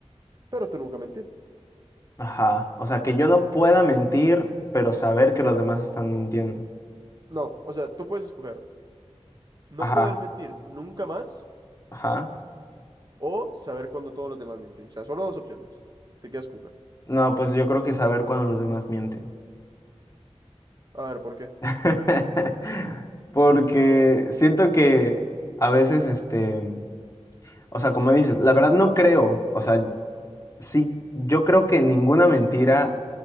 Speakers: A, on the right; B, on the left.
A: Pero tú nunca mentir.
B: ajá. O sea, que yo no pueda mentir, pero saber que los demás están mintiendo.
A: No, o sea, tú puedes escoger no
B: Ajá,
A: poder mentir nunca más
B: ajá.
A: o saber cuando todos los demás mienten. O sea, solo dos opciones. Te quedas con una.
B: No, pues yo creo que saber cuando los demás mienten.
A: A ver, ¿por qué?
B: <laughs> Porque siento que a veces, este, o sea, como dices, la verdad no creo, o sea, sí, yo creo que ninguna mentira